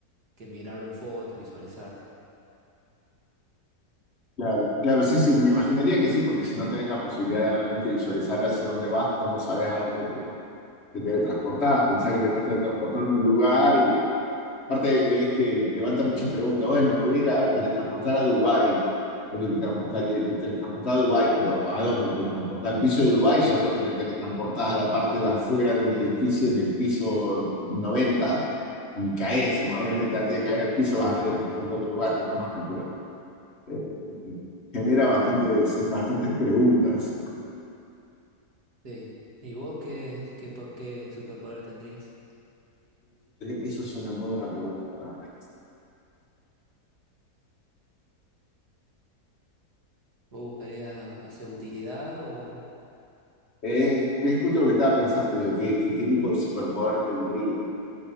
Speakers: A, on the right; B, on the left.
A: que mirarlo en foto, visualizarlo.
B: Claro, claro, sí, sí, me imaginaría que sí, porque si no tenés la posibilidad de realmente visualizar hacia dónde vas, ¿cómo sabes a dónde te te teletransportás, pensás que te estás teletransportando a un lugar y aparte es que levanta muchas preguntas. Bueno, me voy a ir a teletransportar a Dubái. O que te transportás- te teletransportás a Dubái, pero ¿a dónde? Te teletransportás al piso de Dubái, ya veo que te teletransportás a la parte de afuera de un edificio en el piso 90 y caes. Bueno, obviamente antes de caer al piso vas a teletransportarte a otro lugar que conozcas, pero eh, genera bastantes, bastantes preguntas.
A: Sí. ¿Y vos qué, qué, por- qué superpoder tendrías?
B: Eso es una muy buena pregunta realmente.
A: Vos buscarías, no sé, utilidad o...
B: Eh, es justo lo que estaba pensando, digo, ¿qué, qué, qué tipo de superpoder tendría?